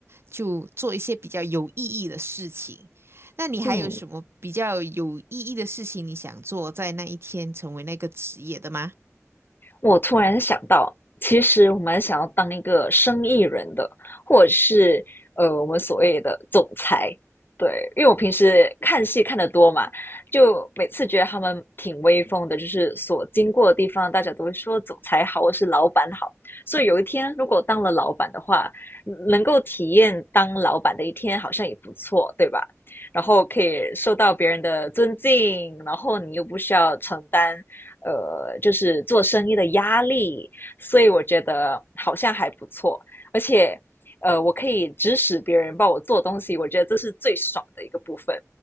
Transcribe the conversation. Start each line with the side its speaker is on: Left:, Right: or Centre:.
Right: 就做一些比较有意义的事情。那你还有什么比较有意义的事情你想做，
Left: 嗯
Right: 在那一天成为那个职业的吗？
Left: 我突然想到，其实我蛮想要当一个生意人的，或者是呃，我们所谓的总裁。对，因为我平时看戏看得多嘛，就每次觉得他们挺威风的，就是所经过的地方，大家都会说总裁好，或是老板好。所以有一天，如果当了老板的话，嗯能够体验当老板的一天，好像也不错，对吧？然后可以受到别人的尊敬，然后你又不需要承担呃，就是做生意的压力，所以我觉得好像还不错，而且呃，我可以指使别人帮我做东西，我觉得这是最爽的一个部分。